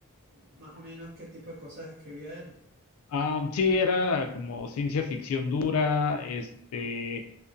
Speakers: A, on the right (about 45°); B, on the left (about 75°).
A: más o menos qué tipo de cosas escribía él?
B: Ah, sí, era como ciencia ficción dura, este